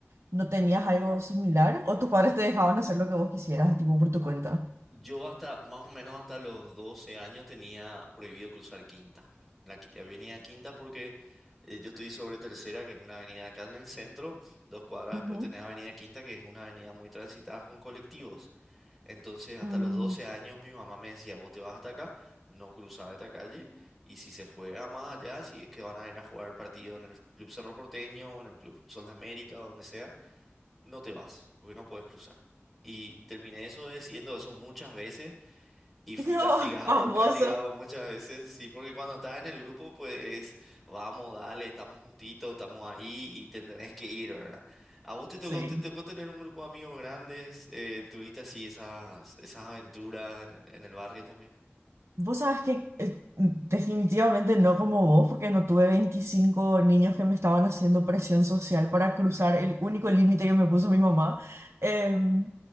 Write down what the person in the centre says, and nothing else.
Yo hasta más o menos hasta los 12 años tenía prohibido cruzar Quinta. La, qui- la avenida Quinta porque eh, yo estoy sobre Tercera, que es una avenida acá en el centro. Dos cuadras después
tenés Avenida Quinta, que es una avenida muy transitada con colectivos. Entonces, hasta
los 12 años mi mamá me decía, vos te vas hasta acá, no cruzás esta calle, y si se juega más allá, si es que van a ir a jugar partido en el Club Cerro Porteño, o en el Club Sol de América, o donde sea, no te vas, porque no puedes cruzar. Y terminé eso diciendo eso muchas veces y fui
castigado,
<laughs> castigado muchas veces, sí, porque cuando estás en el grupo, pues es, vamos, dale, estamos justitos, estamos ahí y te tenés que ir, ¿verdad? ¿A vos te tocó,
te tocó tener un grupo de amigos grandes? Eh, ¿tuviste así esas, esas aventuras en el, en el barrio también?